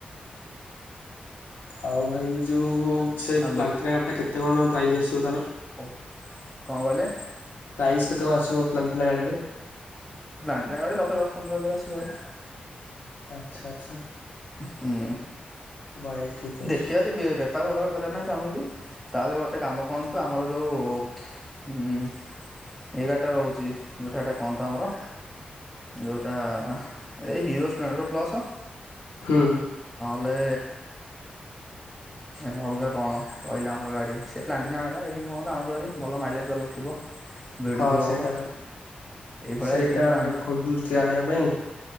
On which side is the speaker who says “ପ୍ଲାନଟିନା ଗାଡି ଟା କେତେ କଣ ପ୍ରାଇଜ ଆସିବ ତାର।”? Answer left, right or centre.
Left